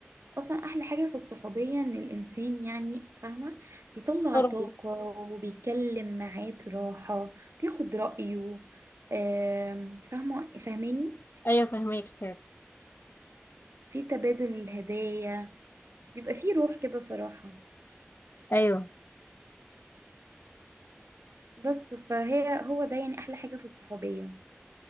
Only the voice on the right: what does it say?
اصلا احلى حاجه في الصحوبيه ان الانسان يعني فاهمه بيطلع
طاقه وبيتكلم معاه براحه بياخد رايه آم، فاهمه فاهماني
في تبادل الهدايا بيبقى فيه روح كده صراحه
بس فهي هو ده يعني احلى حاجه في الصحوبيه